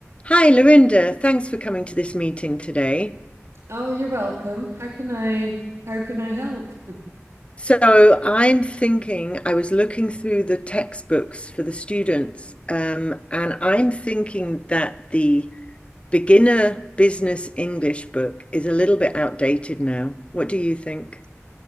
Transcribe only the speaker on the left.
Hi, Lorinda. Thanks for coming to this meeting today.
So, I'm thinking, I was looking through the textbooks for the students, um, and I'm thinking that the beginner business English book is a little bit outdated now. What do you think?